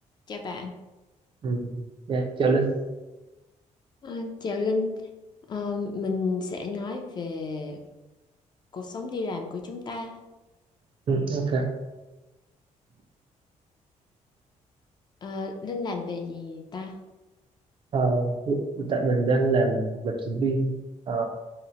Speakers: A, on the left; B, on the right.
A: Chào bạn.
B: Ừ, dạ, chào Linh.
A: À, chào Linh, Ờ, mình sẽ nói về cuộc sống đi làm của chúng ta.
B: Ừ, ok.
A: Ờ, Linh làm về gì ta?
B: Ờ, hiện tại mình đang làm lập trình viên ờ,